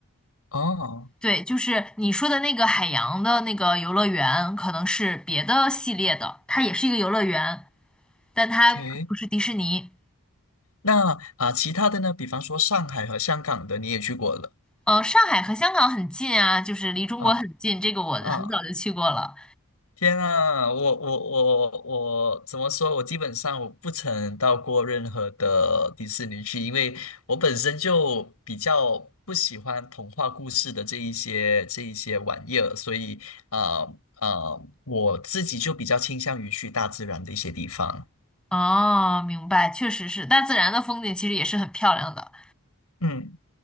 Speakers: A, on the left (about 80°); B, in the centre.
A: 哦
B: 对，就是你说的那个海洋的那个游乐园，可能是别的系列的，它也是一个游乐园，但它不是迪士尼。
A: ，OK，那啊、其他的呢？比方说上海和香港的，你也去过了，
B: 呃，上海和香港很近啊，就是离中国很近，
A: 啊
B: 这个我很早就去过了。
A: 啊。天啊，我我我我怎么说？我基本上我不曾到过任何的迪士尼去，因为我本身就比较不喜欢童话故事的这一些这一些玩意儿，所以啊啊、呃呃我自己就比较倾向于去大自然的一些地方。
B: 哦，明白，确实是，大自然的风景其实也是很漂亮的。
A: 嗯。